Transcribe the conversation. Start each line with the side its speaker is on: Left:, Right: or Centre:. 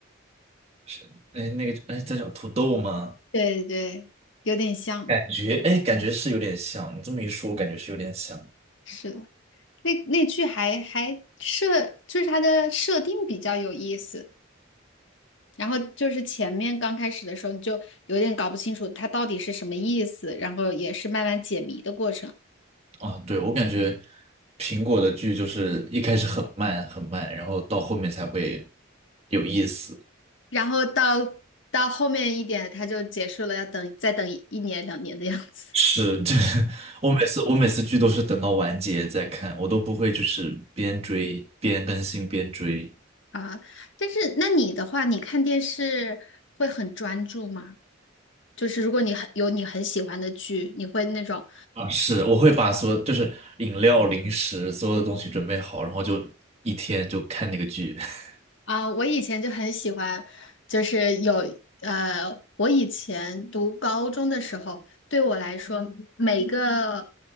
Right: 是，哎，那个，哎，在叫土豆吗？
Left: <laughs> 对对，有点像，
Right: 感觉，哎，感觉是有点像，你这么一说，我感觉是有点像。
Left: 是的，那那剧还还设，就是它的设定比较有意思，然后就是前面刚开始的时候你就有点搞不清楚它到底是什么意思，然后也是慢慢解谜的过程，
Right: 啊，对，我感觉苹果的剧就是一开始很慢很慢，然后到后面才会有意思。
Left: 然后到到后面一点，它就结束了，要等再等一一年两年的样子。
Right: 是，这 <laughs> 我每次我每次剧都是等到完结再看，我都不会就是边追边更新边追。
Left: 啊，但是那你的话，你看电视会很专注吗？就是如果你很有你很喜欢的剧，你会那种
Right: 啊，是，我会把所有就是饮料、零食所有的东西准备好，然后就一天就看那个剧。<laughs>
Left: 啊，我以前就很喜欢，就是有呃，我以前读高中的时候，对我来说，每个